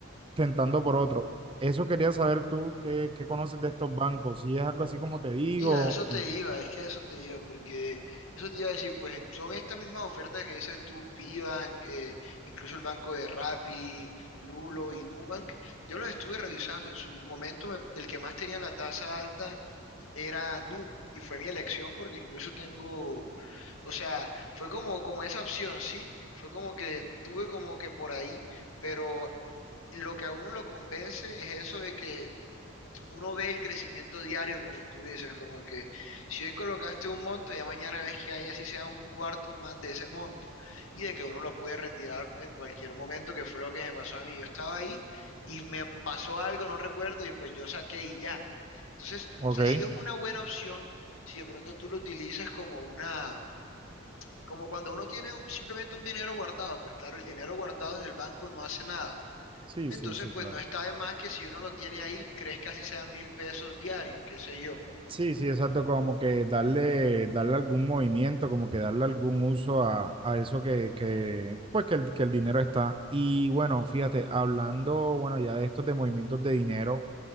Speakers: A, on the right; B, on the left.
A: tentando por otro. Eso quería saber tú, ¿qué, qué conoces de estos bancos? Si es algo así como te digo.
B: Sí, a eso te
A: ¿qué?
B: iba, es que a eso te iba, porque eso te iba a decir, pues son estas mismas ofertas que dices tú, Pibank, eh, incluso el banco de Rappi, Lulo y Nubank. Yo los estuve revisando, en su momento me- el que más tenía la tasa alta era Nu, y fue mi elección porque incluso tengo, o sea, fue como, como esa opción, ¿sí? Fue como que tuve como que por ahí, pero lo que a uno lo convence es eso de que uno ve el crecimiento diario, como tú dices, como que si hoy colocaste un monto, ya mañana ves que hay así sea un cuarto más de ese monto y de que uno lo puede retirar en cualquier momento, que fue lo que me pasó a mí. Yo estaba ahí y me pasó algo, no recuerdo, y pues yo saqué y ya. Entonces,
A: Ok,
B: o sea, sí es una buena opción si de pronto tú lo utilizas como una, como cuando uno tiene un- simplemente un dinero guardado, pues claro, el dinero guardado en el banco no hace nada
A: sí,
B: entonces,
A: sí, sí,
B: pues
A: claro.
B: no está de más que si uno lo tiene ahí, crezca si sea mil pesos diarios, qué sé yo.
A: Sí, sí, exacto, como que darle, darle algún movimiento, como que darle algún uso a, a eso que, que, pues que el, que el dinero está. Y bueno, fíjate, hablando, bueno, ya de estos de movimientos de dinero.